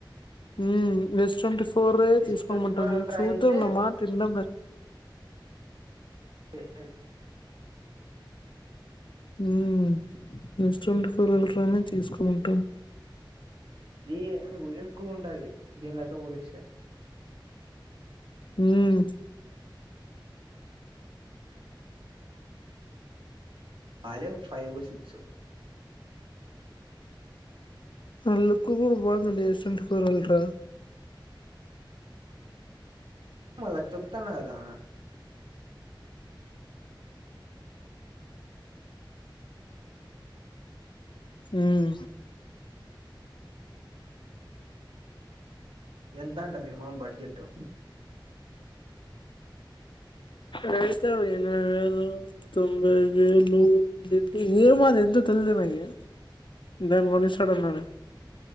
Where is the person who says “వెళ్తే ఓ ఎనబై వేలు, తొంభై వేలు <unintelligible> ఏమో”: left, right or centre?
Left